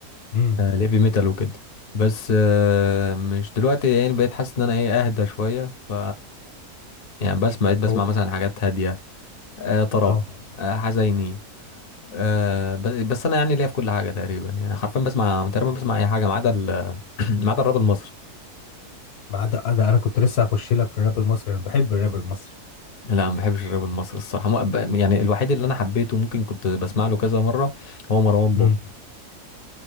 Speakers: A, on the left; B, on the left.
A: امم
B: آه، ليفي ميتال وكده بس آه، مش دلوقتي يعني بقيت حاسس ان انا ايه اهدى شويه ف يعني بسمع بقيت بسمع
A: هو
B: مثلا حاجات هاديه آه، طرب
A: اه
B: آه، حزيني آه، بس بس انا يعني ليا في كل حاجه تقريبا يعني حرفيا بسمع تقريبا بسمع اي حاجه ما عدا ال- <clears throat> ما عدا الراب المصري
A: مع ده, ده انا كنت لسه هخش لك في الراب المصري انا بحب الراب المصري
B: لا ما بحبش الراب المصري الصراحه مو- يعني الوحيد اللي انا حبيته ممكن كنت بسمع له كذا مره هو مروان بابلو
A: امم